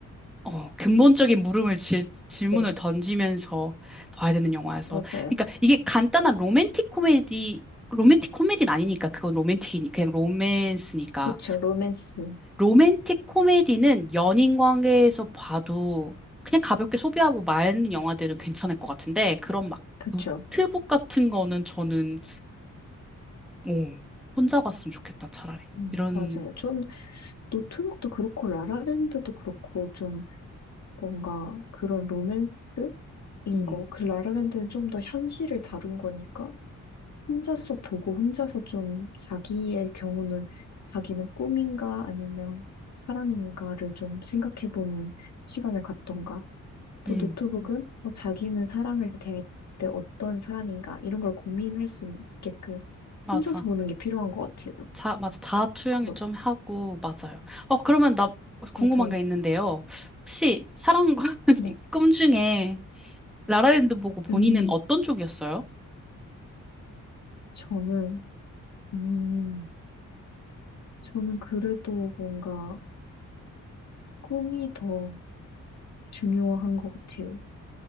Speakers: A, in the centre; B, on the left.
A: 어, 근본적인 물음을 질, 질문을
B: 네,
A: 던지면서 봐야 되는 영화여서.
B: 맞아요.
A: 그러니까 이게 간단한 로맨틱 코미디, 로맨틱 코미디는 아니니까 그건 로맨틱이 그냥 로맨스니까.
B: 그쵸, 로맨스.
A: 로맨틱 코미디는 연인 관계에서 봐도 그냥 가볍게 소비하고 마는 영화들은 괜찮을 것 같은데 그런 막
B: 그쵸.
A: 노트북 같은 거는 저는 오, 혼자 봤으면 좋겠다 차라리
B: 음,
A: 이런
B: 맞아요. 좀 노트북도 그렇고 라라랜드도 그렇고 좀 뭔가 그런 로맨스? 인
A: 음,
B: 거. 그 라라랜드는 좀 더 현실을 다룬 거니까 혼자서 보고 혼자서 좀 자기의 경우는 자기는 꿈인가 아니면 사랑인가를 좀 생각해보는 시간을 갖던가 또
A: 음,
B: 노트북은 뭐 자기는 사랑을 대할 때 어떤 사람인가 이런 걸 고민할 수 있게끔
A: 맞아
B: 혼자서 보는 게 필요한 것 같아요.
A: 자, 맞아 자아 투영이
B: 그거
A: 좀 하고 맞아요 어 그러면 나 궁금한
B: 맞아요.
A: 게 있는데요 혹시 사랑과 <laughs>
B: 네.
A: 꿈 중에 라라랜드 보고 본인은
B: 음,
A: 어떤 쪽이었어요?
B: 저는 음, 저는 그래도 뭔가 꿈이 더 중요한 것 같아요.